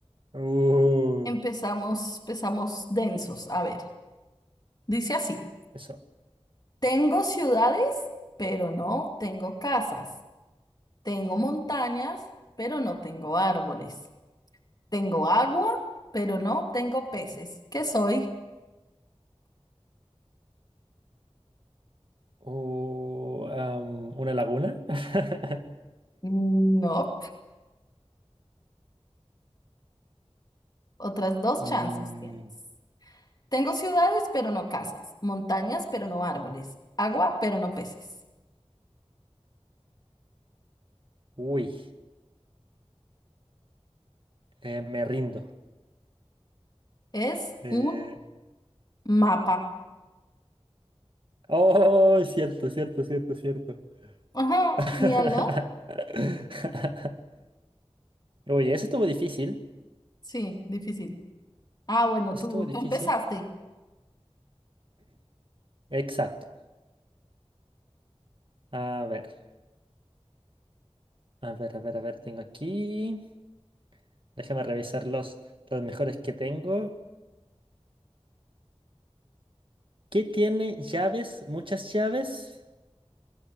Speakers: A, on the right; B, on the left.
A: Uh,
B: Empezamos, empezamos densos. A ver, dice así,
A: eso.
B: tengo ciudades, pero no tengo casas. Tengo montañas, pero no tengo árboles. Tengo agua, pero no tengo peces. ¿Qué soy?
A: Uh, am, ¿una laguna? <laughs>
B: No. Otras dos
A: Mm,
B: chances tienes. Tengo ciudades, pero no casas. Montañas, pero no árboles. Agua, pero no peces.
A: uy, eh, me rindo.
B: Es
A: Eh,
B: un mapa.
A: oh, cierto, cierto, cierto, cierto.
B: Ajá,
A: <laughs>
B: genial, ¿no?
A: Oye, eso estuvo difícil.
B: Sí, difícil. Ah, bueno,
A: Eso
B: tú,
A: estuvo difícil.
B: tú empezaste.
A: Exacto. A ver, a ver, a ver, a ver, tengo aquí. Déjame revisar los, los mejores que tengo. ¿Qué tiene llaves, muchas llaves,